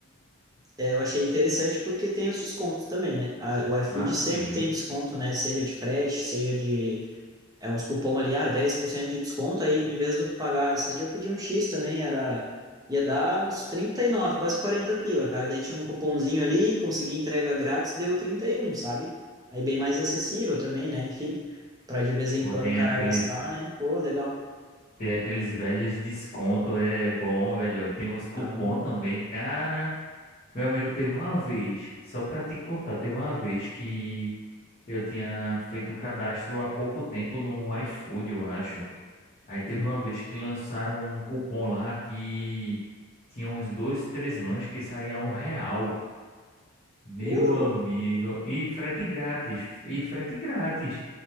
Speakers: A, on the right; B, on the left.
A: é, eu achei interessante porque tem os descontos também, né? A- o iFood
B: Ah, sim.
A: sempre tem desconto, né? Seja de frete, seja de é, uns cupom ali, ah, 10% de desconto, aí em vez de tu pagar, esses dias eu pedi um X também, era ia dar uns 39 quase 40 pila, cara. Daí tinha um cupomzinho ali, consegui entrega grátis, deu trinta e um sabe? Aí bem mais acessível também, né? Enfim, para de vez em
B: Ou
A: quando
B: tem
A: o cara
B: aqueles,
A: gastar, né? Pô, legal.
B: tem aqueles velhos desconto, é bom, velho. Tem os cupom
A: Não.
B: também, cara. Meu amigo, teve uma vez, só pra te contar, teve uma vez que Eu tinha feito o cadastro há pouco tempo no iFood, eu acho. Aí teve
A: Uhum.
B: uma vez que lançaram um cupom lá que tinha uns dois, três lanches que saía um real. Meu
A: Ô, louco.
B: amigo. E frete grátis. E frete grátis.